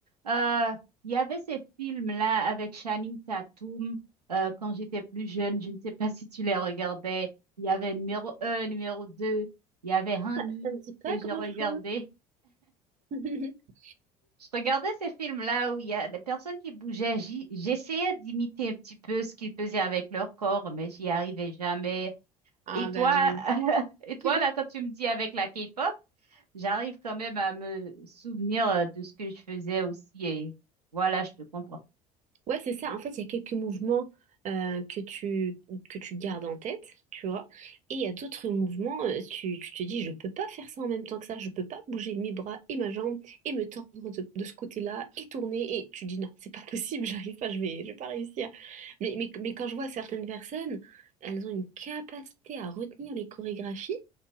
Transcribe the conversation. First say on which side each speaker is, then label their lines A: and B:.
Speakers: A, on the right; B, on the right.
A: Euh, il y avait ces films-là avec Channing Tatum euh, quand j'étais plus jeune. Je ne sais pas <laughs> si tu les regardais. Il y avait numéro un, numéro 2. Il y avait
B: <laughs>
A: Honey
B: Ça me dit pas
A: que
B: grand-chose.
A: j'ai regardé.
B: <laughs>
A: Je regardais ces films-là où il y a des personnes qui bougeaient. J'y- J'essayais d'imiter un petit peu ce qu'ils faisaient avec leur corps, mais j'y arrivais jamais.
B: Ah
A: Et toi,
B: bah oui.
A: <laughs> et toi,
B: <laughs>
A: là, quand tu me dis avec la K-pop, j'arrive quand même à me souvenir euh, de ce que je faisais aussi. Et voilà, je te comprends.
B: Ouais, c'est ça. En fait, il y a quelques mouvements euh, que tu, que tu gardes en tête, tu vois. Et il y a d'autres mouvements, euh, tu, tu te dis, je peux pas faire ça en même temps que ça. Je peux pas bouger mes bras et ma jambe et me tordre de, de ce côté-là et tourner. Et tu dis, non, c'est pas possible, <laughs> j'arrive pas, je vais, je vais pas réussir. Mais, mais, mais quand je vois certaines personnes, elles ont une capacité à retenir les chorégraphies